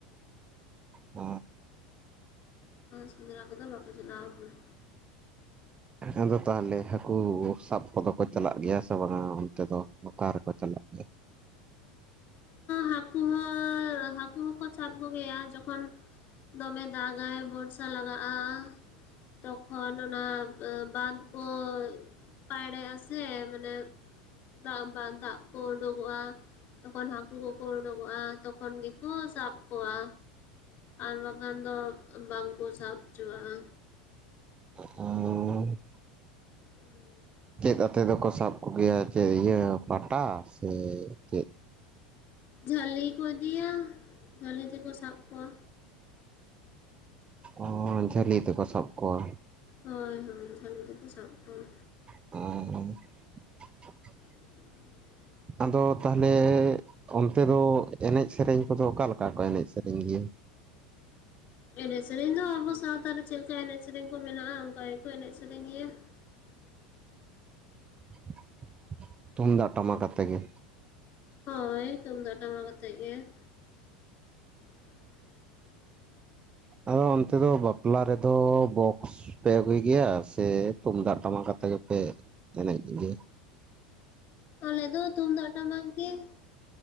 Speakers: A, on the right; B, on the left.
A: ᱦ
B: ᱥᱮᱸᱫᱽᱨᱟ ᱠᱚᱫᱚ ᱵᱟᱠᱚ ᱪᱟᱞᱟᱣ ᱠᱟᱱᱟ
A: ᱟᱫᱚ ᱛᱟᱦᱚᱞᱮ ᱦᱟᱹᱠᱩ ᱥᱟᱵ ᱠᱚᱫᱚ ᱠᱚ ᱪᱟᱞᱟᱜ ᱜᱮᱭᱟ ᱥᱮ ᱵᱟᱝᱟ ᱚᱱᱛᱮ ᱫᱚ ᱚᱠᱟ ᱨᱮᱠᱚ ᱪᱟᱞᱟᱜ ᱜᱮᱭᱟ?
B: ᱦᱟᱹᱠᱩ ᱦᱚᱸ ᱦᱟᱹᱠᱩ ᱦᱚᱸᱠᱚ ᱥᱟᱵ ᱠᱚᱜᱮᱭᱟ ᱡᱚᱠᱷᱚᱱ ᱫᱚᱢᱮ ᱫᱟᱜᱟᱭ ᱵᱚᱨᱥᱟ ᱞᱟᱜᱟᱜᱼᱟ᱾ ᱛᱚᱠᱷᱚᱱ ᱚᱱᱟ ᱵᱟᱸᱫᱷ ᱠᱚ ᱯᱟᱭᱨᱟᱜᱼᱟ ᱥᱮ ᱥᱮ ᱢᱟᱱᱮ ᱫᱟᱜ ᱵᱟᱝ ᱫᱟᱜ ᱠᱚ ᱚᱰᱠᱚᱜᱼᱟ᱾ ᱛᱚᱠᱷᱚᱱ ᱦᱟᱹᱠᱩ ᱠᱚᱠᱚ ᱩᱰᱩᱠᱚᱜᱼᱟ ᱛᱚᱠᱷᱚᱱ ᱜᱮᱠᱚ ᱥᱟᱵ ᱠᱚᱣᱟ ᱟᱨ ᱵᱟᱠᱷᱟᱱ ᱫᱚ ᱵᱟᱝ ᱠᱚ ᱥᱟᱵ ᱚᱪᱚᱣᱟᱜᱼᱟ
A: ᱚ
B: ᱦᱩᱸ
A: ᱪᱮᱫ ᱟᱛᱮᱫ ᱫᱚᱠᱚ ᱥᱟᱵ ᱠᱚᱜᱮᱭᱟ ᱪᱮᱫ ᱤᱭᱟᱹ ᱯᱟᱴᱟ ᱥᱮ ᱪᱮᱫ?
B: ᱡᱷᱟᱹᱞᱤ ᱠᱚ ᱤᱫᱤᱭᱟ ᱡᱷᱟᱹᱞᱤ ᱛᱮᱠᱚ ᱥᱟᱵ ᱠᱚᱣᱟ᱾
A: ᱚ ᱡᱷᱟᱹᱞᱤ ᱛᱮᱠᱚ ᱥᱟᱵ ᱠᱚᱣᱟ
B: ᱦᱳᱭ ᱦᱳᱭ ᱡᱷᱟᱞᱤ ᱛᱮᱠᱚ ᱥᱟᱵ ᱠᱚᱣᱟ᱾
A: ᱟᱨ <inaudible>
B: <inaudible>
A: ᱟᱫᱚ ᱛᱟᱦᱚᱞᱮ ᱚᱱᱛᱮ ᱫᱚ ᱮᱱᱮᱡ ᱥᱮᱨᱮᱧ ᱠᱚᱫᱚ ᱚᱠᱟ ᱞᱮᱠᱟ ᱠᱚ ᱮᱱᱮᱡ ᱥᱮᱨᱮᱧ ᱜᱮᱭᱟ?
B: ᱮᱱᱮᱡ ᱥᱮᱨᱮᱧ ᱫᱚ ᱟᱵᱚ ᱥᱟᱶᱛᱟ ᱨᱮ ᱪᱮᱫ ᱞᱮᱠᱟ ᱮᱱᱮᱡ ᱥᱮᱨᱮᱧ ᱠᱚ ᱢᱮᱱᱟᱜᱼᱟ ᱚᱱᱠᱟ ᱜᱮᱠᱚ ᱮᱱᱮᱡ ᱥᱮᱨᱮᱧ ᱜᱮᱭᱟ ᱾
A: <inaudible> ᱛᱩᱢᱫᱟᱜ ᱴᱟᱢᱟᱠ ᱟᱛᱮ ᱜᱮ?
B: ᱦᱳᱭ ᱛᱩᱢᱫᱟᱜ ᱴᱟᱢᱟᱠ ᱟᱛᱮ ᱜᱮ ᱾ <inaudible>
A: ᱟᱫᱚ ᱚᱱᱛᱮ ᱫᱚ ᱵᱟᱯᱞᱟ ᱨᱮᱫᱚ ᱵᱚᱠᱥ ᱯᱮ ᱟᱹᱜᱩᱭ ᱜᱮᱭᱟ ᱥᱮ ᱛᱩᱢᱫᱟᱜ ᱴᱟᱢᱟᱠ ᱟᱛᱮ ᱜᱮᱯᱮ ᱮᱱᱮᱡ ᱜᱮᱭᱟ?
B: ᱟᱞᱮ ᱫᱚ ᱛᱩᱢᱫᱟᱜ ᱴᱟᱢᱟᱠ ᱜᱮ ᱾